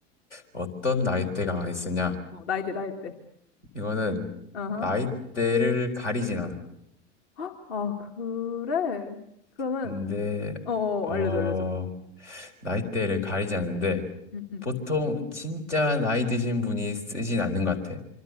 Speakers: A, on the left (about 80°); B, on the left (about 60°).
A: 어떤 나이대가 많이 쓰냐?
B: 어, 나이대, 나이대.
A: 이거는
B: 어허.
A: 나이대를 가리진 않아.
B: 헉, <gasps> 아, 그래? 그러면,
A: 근데
B: 어, 어,
A: 어
B: 알려줘, 알려줘.
A: 나이대를 가리지 않는데
B: 음, 음.
A: 보통 진짜 나이 드신 분이 쓰진 않는 것 같아.